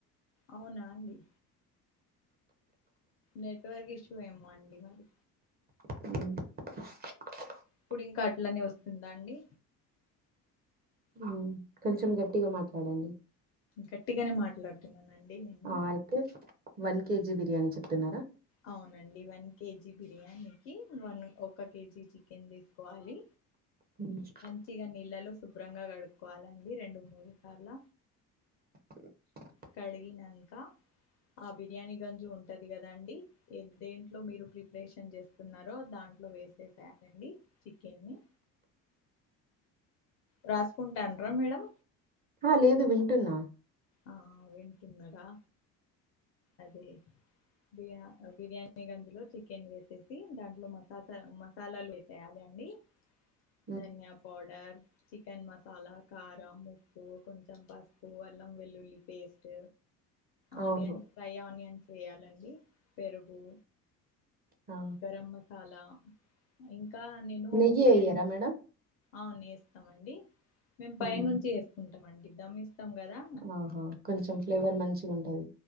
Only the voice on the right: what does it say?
ఉ
ఉ కొంచెం గట్టిగా మాట్లాడండి
ఆ, వన్ కేజీ బిర్యానీ చెప్తున్నారా
అ
స
హ లేదు వింటున్నా
ఆ
అవును
ఆ
నెయ్యి
అయ్యారా మేడం
ఉమ్,
ఆహా కొంచెం ఫ్లేవర్ మంచిగుంటది